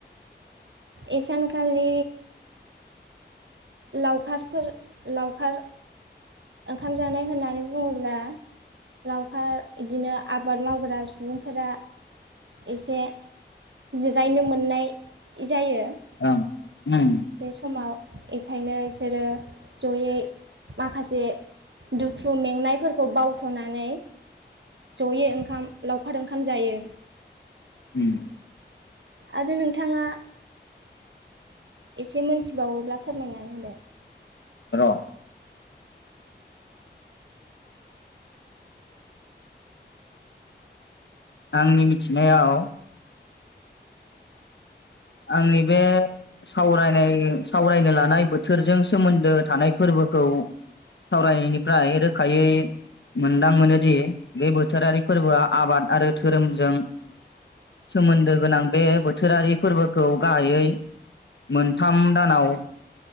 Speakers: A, on the right; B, on the left.
A: इसानखालि लावखारफोर लावखार ओंखाम जानाय होननानै बुङोब्ला लावखार इदिनो आबाद मावग्रा सुबुंफोरा एसे जिरायनो मोननाय जायो
B: ओं ओम
A: बे समाव एखायनो इसोरो जयै माखासे दुखु मेंनायफोरखौ बावथ'नानै जयै ओंखाम लावखार ओंखाम जायो
B: उम
A: आरो नोंथाङा एसे मोनथिबावोब्ला फोरमायनानै होदो
B: र' आंनि मिथिनायाव आंनि बे सावरायनाय सावरायनो लानाय बोथोरजों सोमोन्दो थानाय फोरबोखौ सावरायनायनिफ्राय रोखायै मोनदां मोनोदि बे बोथोरारि फोरबोआ आबाद आरो धोरोमजों सोमोन्दो गोनां बे बोथोरारि फोरबोखौ गाहायै मोनथाम दानाव